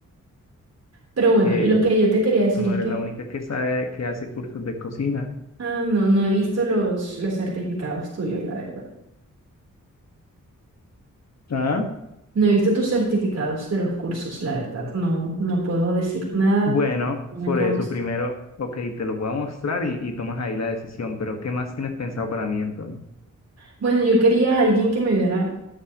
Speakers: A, on the right; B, on the left.
A: Pero bueno,
B: Que
A: lo que yo te quería decir
B: tú no
A: es
B: eres
A: que,
B: la única que sabe que hace cursos de cocina.
A: ah, no, no he visto los, los certificados tuyos, la verdad.
B: ¿Ah?
A: No he visto tus certificados de los cursos, la verdad. No, no puedo decir nada,
B: Bueno,
A: no me
B: por
A: consta.
B: eso primero, ok, te lo voy a mostrar y, y tomas ahí la decisión, pero ¿qué más tienes pensado para mí entonces?
A: Bueno, yo quería a alguien que me ayudara